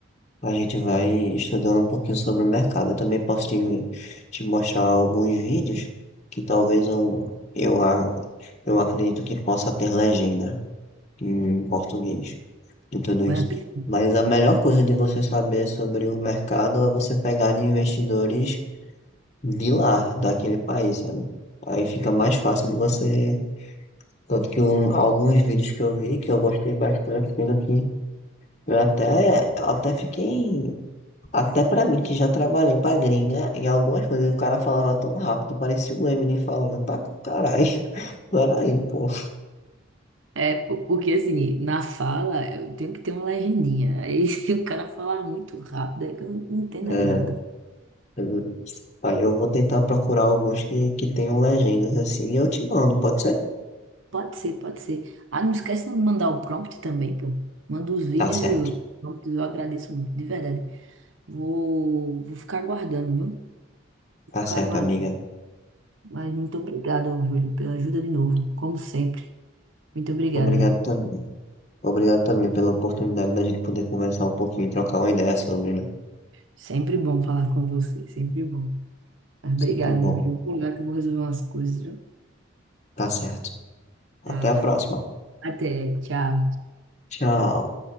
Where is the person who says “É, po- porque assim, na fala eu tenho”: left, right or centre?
Right